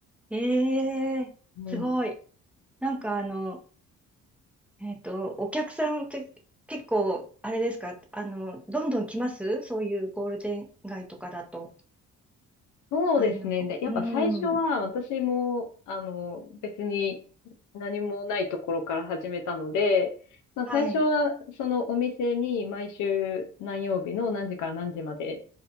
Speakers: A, in the centre; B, on the left (about 80°).
A: ええ、
B: うん
A: すごい。なんかあの、えっと、お客さんって結構、あれですか、あの、どんどん来ますそういうゴールデン街とかだと。
B: そうですね。
A: あの、
B: でやっぱ最初は私も、
A: うん、
B: あの、別に何もないところから始めたので、まあ最初はそのお店に毎週何曜日の何時から何時まで
A: はい、